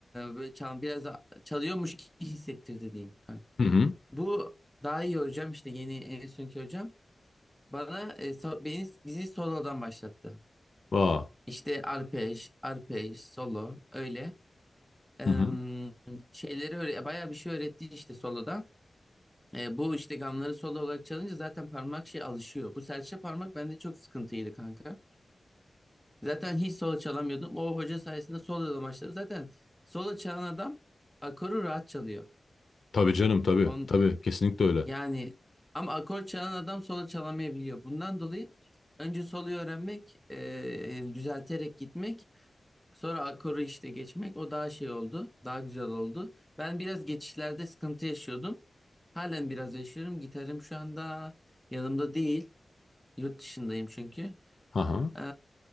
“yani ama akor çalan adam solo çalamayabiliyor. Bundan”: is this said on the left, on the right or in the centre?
Centre